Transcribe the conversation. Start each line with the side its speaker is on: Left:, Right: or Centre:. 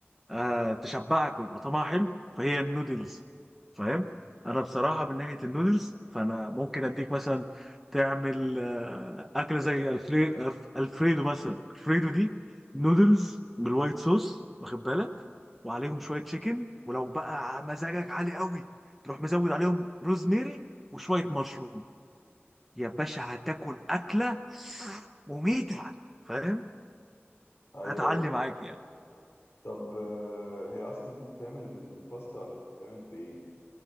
Centre: آه تشبعك ويبقى طعمها حلو فهي النودلز فاهم انا بصراحه من ناحيه النودلز فانا ممكن اديك مثلا تعمل آه اكله زي الفلي... ألف- الفريدو مثلا الفريدو دي نودلز بالوايت صوص واخد بالك وعليهم شويه تشيكن ولو بقى مزاجك عالي قوي تروح مزود عليهم روزميري وشويه مشروم يا باشا هتاكل اكله مميته فاهم
Left: ايوه
Centre: هتعلي
Left: ايوه
Centre: معاك يعني
Left: طب آه، هي اصلا دي بتتعمل بالباستا ولا بتتعمل بايه